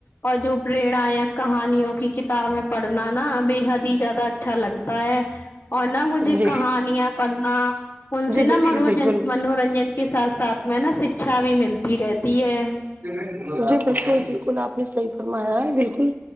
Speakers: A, on the left (about 55°); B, on the right (about 40°).
A: اور جو پریرائک کہانیوں کی کتابیں پڑھنا نا بےحد ہی زیادہ اچھا لگتا اور نہ مجھے
B: جی
A: کہانیاں پڑھنا ان سے
B: جی
A: نہ
B: بالکل
A: مروجن
B: بالکل
A: منورنجن کے ساتھ ساتھ میں نا شکچھا بھی ملتی رہتی ہے
B: جی بالکل بالکل آپ نے صحیح فرمایا ہے بالکل